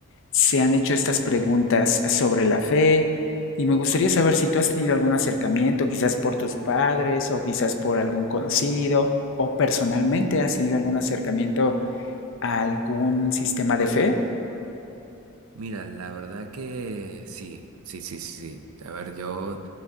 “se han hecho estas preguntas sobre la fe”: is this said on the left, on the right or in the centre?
Left